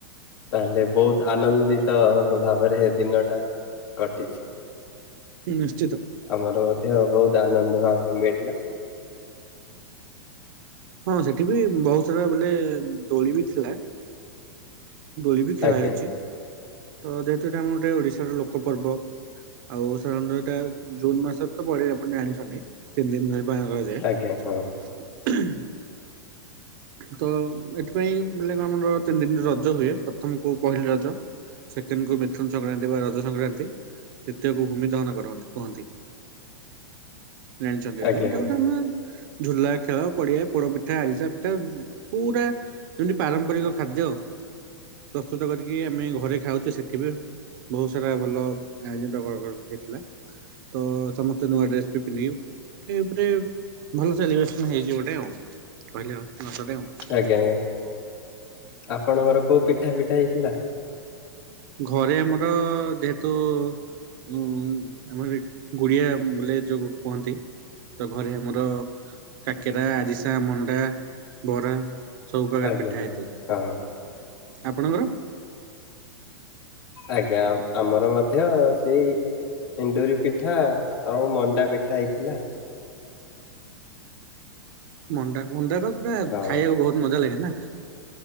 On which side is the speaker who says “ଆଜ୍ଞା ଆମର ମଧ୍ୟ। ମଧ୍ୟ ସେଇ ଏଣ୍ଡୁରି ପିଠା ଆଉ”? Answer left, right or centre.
Left